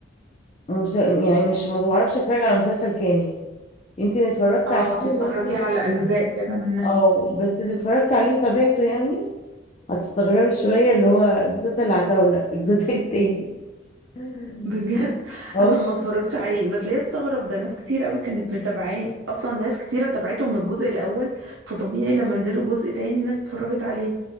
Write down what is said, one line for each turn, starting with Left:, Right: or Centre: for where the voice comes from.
Left: مس... يعني مش ما بعرفش اتفرج على مسلسل كامل يمكن اتفرجت
Right: اه
Left: عليه
Right: بتتفرجي
Left: ممكن
Right: على اجزاء كده منها
Left: اه بس اللي اتفرجت عليه وتابعته يعني هتستغربي شوية اللي هو مسلسل العتاولة الجزء التاني <laughs>
Right: بجد
Left: اه
Right: انا ما اتفرجتش عليه بس ليه استغرب ده ناس كتير قوي كانت متابعاه اصلا ناس كتيره تابعته من الجزء الاول فطبيعي لما نزلوا جزء تاني الناس اتفرجت عليه